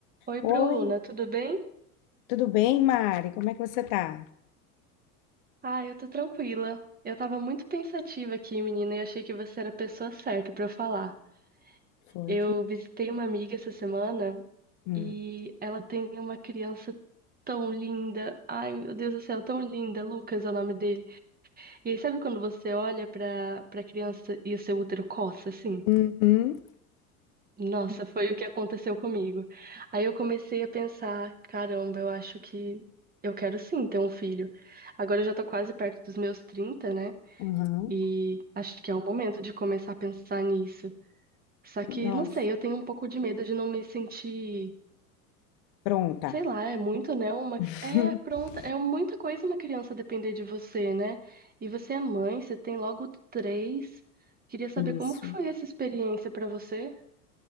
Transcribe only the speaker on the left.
Oi,
tudo bem, Mari? Como é que você tá?
Foi
que.
Hum.
Uhum.
Uhum.
Nossa,
pronta.
<laughs>
Isso.